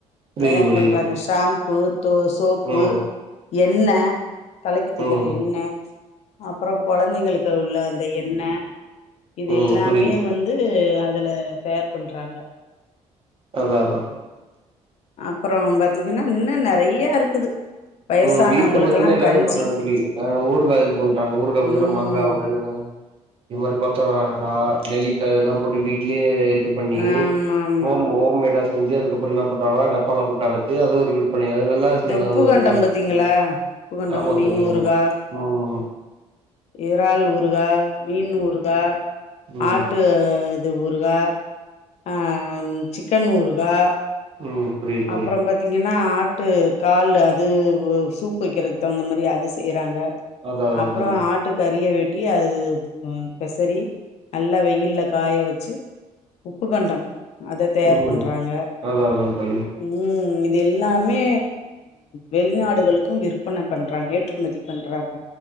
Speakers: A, on the right (about 50°); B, on the left (about 60°).
A: புரியுது
B: தயார்
A: புரியுது
B: பண்றாங்க
A: தோழி
B: ஷாம்பு தோ சோப்பு
A: ம்
B: எண்ணெ தலைக்கு தேக்குற
A: ம்
B: எண்ணெ அப்பறோ கொழந்தைங்களுக்கு உள்ள அந்த எண்ணெ இது
A: ம்
B: எல்லாமே
A: புரியுது தோழி
B: வந்து து அதுல தயார் பண்றாங்க
A: அதா அதா
B: அப்றோ பாத்தீங்கனா இன்னு நெறயா இருக்குது வயசானவங்களுக்கெல்லா
A: ம் வீட்ல பாத்தீனா எல்லாமே
B: கஞ்சி
A: பண்றாங்க தோழி ஊறுகா இதுபண்றாங்க ஊறுகா அப்டி
B: ம்
A: தான மாங்கா வடக இது மாரி கொத்தவரங்கா நெல்லிக்கா இதல்லா போட்டு வீட்லயே இது பண்ணி
B: ஆமா ஆமா
A: ஹோம் ஹோம் மேடா செஞ்சு அதுக்கப்றோ என்நா பண்றாங்களா டப்பாலா போட்டு அடைச்சு அது ஒரு விற்பனை அது நல்ல விஷயதா
B: இந்த உப்புகண்டம்
A: அது ஒரு
B: பாத்தீங்களா
A: தோழி
B: உப்புகண்டம்
A: ஆமா
B: மீன்
A: தோழி
B: ஊறுகா
A: ஆமா ம்
B: இறால் ஊறுகா மீன் ஊறுகா
A: ம்
B: ஆட்டு இது ஊறுகா ஆ சிக்கன் ஊறுகா
A: ம் புரியுது தோழி
B: அப்பற பத் த்தீங்கனா ஆட்டு கால் அது சூப்பு வைக்கிறதுக்கு தகுந்த மாதிரி அது செய்றாங்க
A: அதா அதா
B: அப்ற
A: தோழி
B: ஆட்டு கறிய வெட் ட்டி அது பெசறி நல்லா வெயில்ல காய வச்சு உப்பு கண்டம் அத தயார்
A: ம்
B: பண்றாங்க
A: அதா அதா தோழி
B: ம் இது எல்லாமே வெளிநாடுகளுக்கு விற்பனை பண்றாங்க ஏற்றுமதி பண்றாங்க